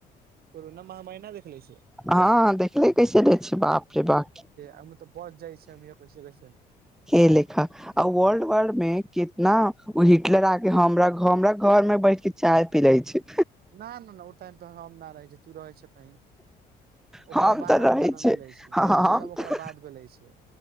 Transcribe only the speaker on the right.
कोरोना महामारी नहि देखले छै
आ तऽ बस जाइ छिय हम पैसे कैस ने
न नहि नहि ओ टाइम त हम नहि रहै छै तू रहै छै कही ओकरा
बाद
हमर
जन्म भेले छै
हमर जन्म ओकरा
बाद भेले छै